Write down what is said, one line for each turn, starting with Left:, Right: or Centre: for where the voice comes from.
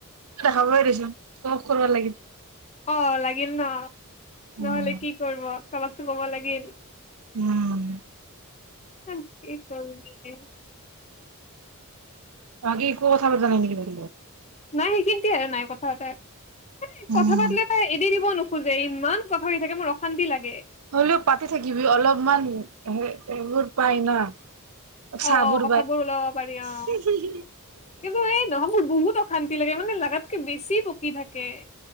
Right: দে হাবই দেচোন <unintelligible> কৰিব লাগিল।
Left: অ' লাগিল ন।
Right: উম।
Left: নহ'লে কি কৰব। কাবাকতো ক'ব লাগিল।
Right: উম'।
Left: হ এই গ'ল <unintelligible> <inaudible>
Right: বাকি একো কথা পতা নাই নেকি তই?
Left: নাই সেইখিনিতে আৰু নাই কথা পাতা। এই
Right: উম
Left: কথা পাতিলে তাই এৰি দিব নুখ খোজে ইমান কথা কৈ থাকে মোৰ অশান্তি লাগ
Right: হ'লেও পাতি থাকিবি অলপমান হে এইবোৰ পাই না। চাহবোৰ
Left: অ'- অ', কথাবোৰ ওলাব পাৰি অ',
Right: পাই
Left: কিন্তু এই নহয় মোৰ বহুত অ শান্তি লাগে মানে লাগাতকে বেছি বকি থাকে।